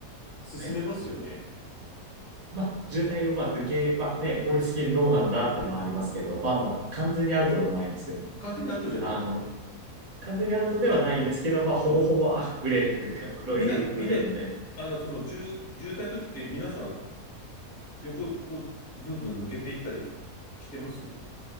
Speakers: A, on the left; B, on the right.
A: 進めますよね。
B: はい。まあ、渋滞をまあ抜け、まあね、法律的にどうなんだっていうのはありますけど、まあまあ、完全にアウトでもないんですけどね
A: 完全にアウトじゃないんだ。
B: あの、完全にアウトではないですけど、まあ、ほぼほぼ、
A: うん。
B: あ、グレーというか、黒いフルのグレーみたいな。
A: みんな、みんな、あの、その渋、渋滞の時って皆さん、横をずんずん抜けていったりしてます